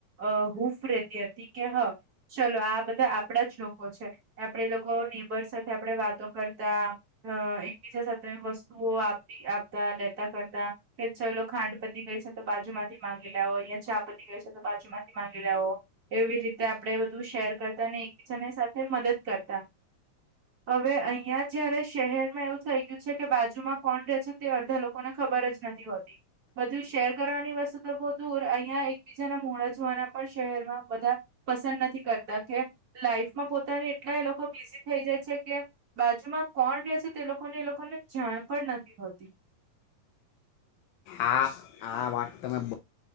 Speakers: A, on the right; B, on the left.
A: અ હૂફ રેતી હતી કે હા ચલો આ બધા આપડા જ લોકો છે, આપ આપડે એ લોકો નીબર સાથે આપડે વાતો કરતા અ એકબીજા સાથે વસ્તુઓ આપતી આપતા લેતા કરતા કે ચલો ખાંડ પતી ગઈ છે તો બાજુમાંથી માગી લેવો અઈયે ચા પતી ગઈ છે તો બાજુમાંથી માંગી લેવો, એવી રીતે આપડે બધું શેર કરતાને એકબીજાની સાથે મદદ કરતાં, હવે અઈયાં જયારે શહેરમાં એવું થઈ ગયું છે કે બાજુમાં કોણ રહે છે તે અડધા લોકોને ખબર જ નથી હોતી, બધું શેર કરવાની વસ્તુ તો બો દૂર અઈયાં એકબીજાના મોઢા જોવાના પણ શહેરમાં બધા પસંદ નથી કરતા કે લાઈફમાં પોતાની એ ટલા એ લોકો બિઝી થઈ જાય છે કે બાજુમાં કોણ રે છે તે લોકોને એ લોકોને જાણ પણ નથી હોતી.
B: આ આ વાત તમે બ